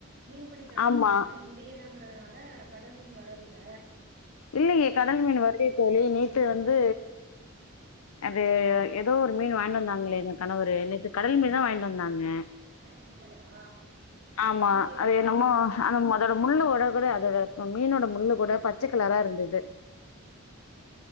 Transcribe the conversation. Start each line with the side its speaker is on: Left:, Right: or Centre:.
Right: மீன்பிடி தடை
Left: ஆமா
Right: காலம் இன்னும் முடியலங் றதனால கடல் மீன் வரதில்ல
Left: இல்லயே கடல் மீன் வருதே தோழி நேத் து வந்து அது எதோ ஒரு மீன் வாய்ன்னு வந்தாங்லே எங்க கணவரு நேத்து கடல் மீன் தான் வாய்ன்ட்டு வந்தாங்க
Right: அப்டியா
Left: ஆமா
Right: இங்க
Left: அது என்னமோ
Right: இங்
Left: அந்த ம அதோட முள்ளு ஒட கூட அதோட மீனோட முள்ளு கூட பச்சக் கலாரா இருந்தது